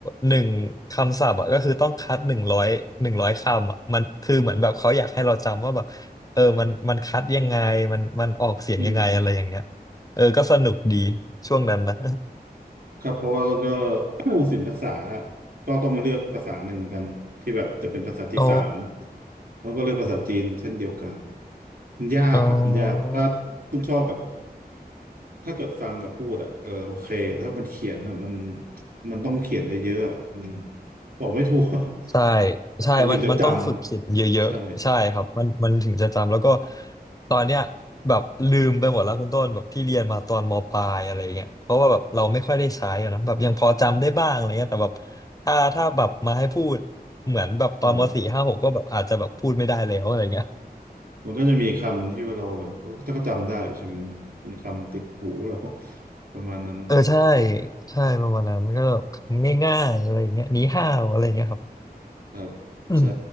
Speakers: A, on the left (about 20°); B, on the right (about 70°).
A: หนึ่งคำศัพท์อะก็คือต้องคัดหนึ่งร้อยหนึ่งร้อยคำอะมันคือเหมือนแบบเขาอยากให้เราจำว่าแบบเออมันมันคัดยังไงมันมันออกเสียงยังไงอะไรอย่างเงี้ย
B: อืม
A: เออก็สนุกดีช่วงนั้นนะ
B: ครับเพราะว่าเราก็ <coughs> ศิลปภาษาก็ต้องมาเลือกภาษาหนึ่งกันที่แบบจะเป็นภาษาที่สาม
A: โอ้
B: แล้วก็เลือกภาษาจีนเช่นเดียวกันมันยากครับมันยากถ้าคุณชอบแบบ
A: เออ
B: ถ้าเกิดฟังกับพูดอ่ะเออโอเคถ้ามันเขียนอ่ะมันมันต้องเขียนเยอะๆอะมันบอกไม่ถูก
A: ใช่
B: <laughs>
A: ใช่
B: มันถึงจะจ
A: มันมันต้องฝึกคิดเยอะๆ
B: ำใช่
A: ใช่ครับมันมันถึงจะจำ แล้วก็ตอนเนี้ยแบบลืมไปหมดแล้วคุณต้นแบบที่เรียนมาตอนมปลายอะไรเงี้ยเพราะว่าแบบเราไม่ค่อยได้ใช้อะเนอะแบบยังพอจำได้บ้างอะไรเงี้ยแต่แบบถ้าถ้าแบบมาให้พูดเหมือนแบบตอนมสี่ห้าหกก็แบบอาจจะแบบพูดไม่ได้แล้วอะไรเงี้ย
B: อ่ามันก็จะมีคำที่ว่าเราแบบก็ก็จำได้ใช่ไหมแบบเป็นคำติดหูเรา <laughs> ประมาณนั้น
A: เออใช่ใช่ประมาณนั้นก็แบบง่ายๆอะไรเงี้ยหนีห้าวอะไรเงี้ยครับ
B: ครับใช่
A: อืม